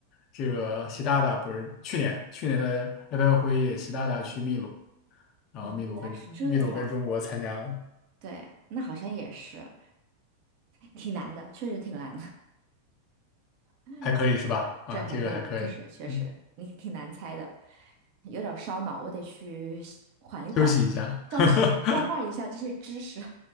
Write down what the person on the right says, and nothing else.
哦，原来是这样，对，那好像也是，挺难的，确实挺难的。<laughs>
这还可以，
确实确实，
你挺难猜的，有点儿烧脑，我得去缓一缓，
消消化一下这些知识。